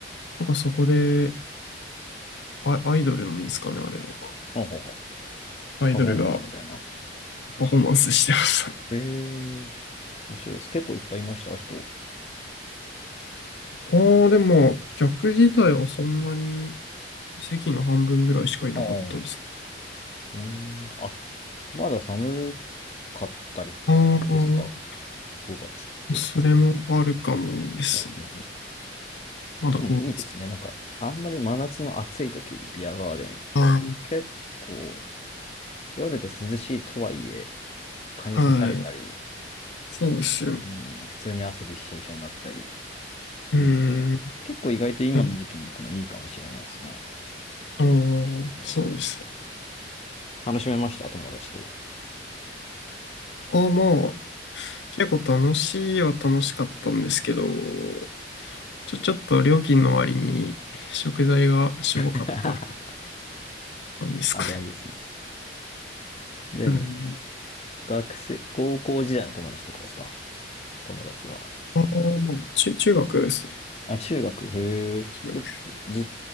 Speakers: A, on the left; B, on the left.
A: なんかそこで、あアイドルなんですかね、あれは。
B: ほほうほう
A: アイドルが
B: パフォーマンスみたいな。
A: パフォーマンスしてましたね。
B: ええ面白いです。結構いっぱいいました、人。
A: <laughs> ああ、でも、客自体はそんなに席の半分ぐらいしかいなかったです。
B: ああ、うーん。あ、まだ寒かったり
A: ああ、
B: ですか ?5 月って。
A: それもあるかもですね。
B: うんうんうん。
A: まだ5
B: でもいいですね。なんか、あんまり真夏の暑い時にビアガーデン行っても、
A: あ
B: 結構、夜で涼しいとはいえ、蚊に刺されたり、
A: あ、はい。そうですよ。
B: うん、普通に汗びっしょびしょになったりするので、
A: うーん。
B: 結構意外と今の時期に行くのいいかもしれないですね。
A: ああー、
B: ビアガーデン
A: そうですよ。
B: 楽しめました、友達と。
A: ああ、まあ、結構楽しいは楽しかったんですけど、ちょ、ちょっと料金の割に食材がしょぼかった
B: <laughs>
A: 感じですかね。
B: あるあるですね。でも、
A: うん。
B: 学生、高校時代の友達とかですか友達は。
A: ああ、まあ、中、中学ですね。
B: あ、中学、へえ、
A: 中学
B: 結構ずっ